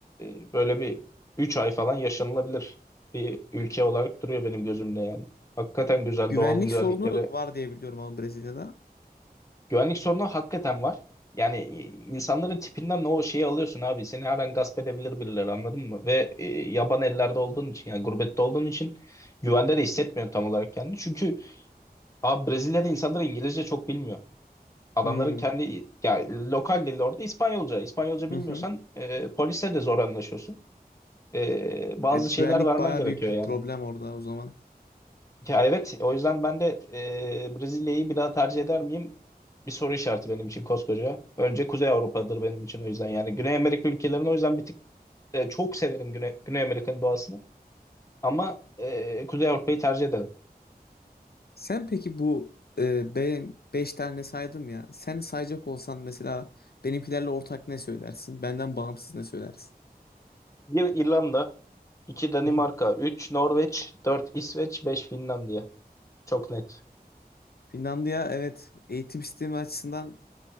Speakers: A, on the left; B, on the left.
A: e, böyle bir üç ay falan yaşanılabilir bir ülke olarak duruyor benim gözümde yani. Hakikaten güzel
B: Güvenlik
A: doğal güzellikleri
B: sorunu var diye biliyorum ama Brezilya'da.
A: Güvenlik sorunu hakikaten var. Yani e, insanların tipinden o şeyi alıyorsun abi. Seni her an gasp edebilir birileri anladın mı? Ve e, yaban ellerde olduğun için yani gurbette olduğun için güvende de hissetmiyorum tam olarak kendini. Çünkü abi Brezilya'da insanlar İngilizce çok bilmiyor. Adamların
B: Hmm.
A: kendi yani lokal dili orada İspanyolca. İspanyolca
B: <laughs>
A: bilmiyorsan
B: Hı hı.
A: e, polisle de zor anlaşıyorsun. E, bazı
B: Evet, güvenlik
A: şeyler vermen
B: baya
A: gerekiyor
B: büyük bir
A: yani.
B: problem orada o zaman.
A: Ya evet o yüzden ben de e, Brezilya'yı bir daha tercih eder miyim? Bir soru işareti benim için koskoca. Önce Kuzey Avrupa'dır benim için o yüzden yani Güney Amerika ülkelerini o yüzden bir tık e, çok severim Güney, Güney Amerika'nın doğasını. Ama e, Kuzey Avrupa'yı tercih ederim.
B: Sen peki bu e, be- beş tane saydım ya. Sen sayacak olsan mesela benimkilerle ortak ne söylersin? Benden bağımsız ne söylersin?
A: Bir İrlanda, iki Danimarka,
B: <laughs> Hı hı.
A: üç Norveç, dört İsveç, beş Finlandiya. Çok net.
B: Finlandiya evet eğitim sistemi açısından